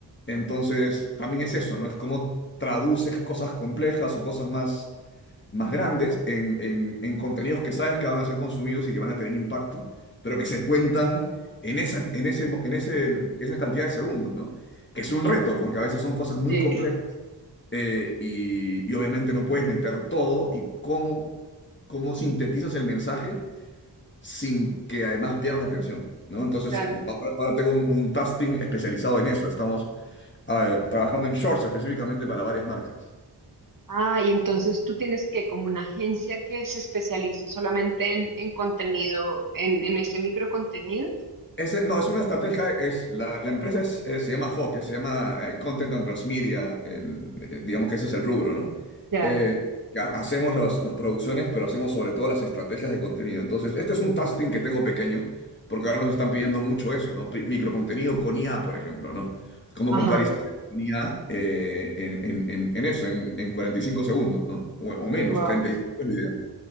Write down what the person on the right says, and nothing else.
Sí,
claro.
Ah, y entonces tú tienes que, como una agencia que se especializa solamente en, en contenido, en, en ese microcontenido.
Ya,
ajá,
wow,